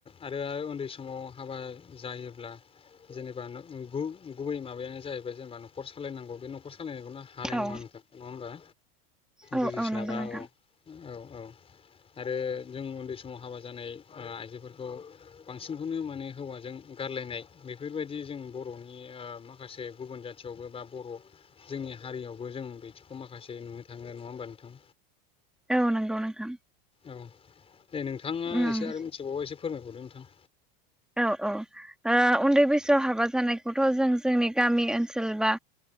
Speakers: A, on the left; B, in the centre.
A: आरो उन्दै समाव हाबा जायोब्ला जेनेबा गु गुबै माबायानो जाहैबाय जेनेबा नखर सालायनांगौ बे नखय सालाय सालायनायखौनो हानाय
B: औ
A: नङा होन नङा होमबा
B: औ
A: बुजिस्लाबा
B: औ नंगौ नोंथां
A: औ औ औ आरो जों उन्दै समाव हाबा जानाय आइजोफोरखौ बांसिनखौनो माने हौवाजों गारलायनाय बेफोरबायदि जों बरनि माखासे गुबुन जाथियावबो बा बर जोंनि हारियावबो बो जों बिदिखौ माखासे नुनो थाङो नङा होमबा नोंथां
B: औ नंगौ नोंथां
A: औ दे नोंथाङा एसे
B: ओम
A: एसे आरो मिथिबावो एसे फोरमायबावदो नोंथां
B: औ औ ओ उन्दै बैसोआव हाबा जानायखौथ जों जोंनि गामि ओनसोल बा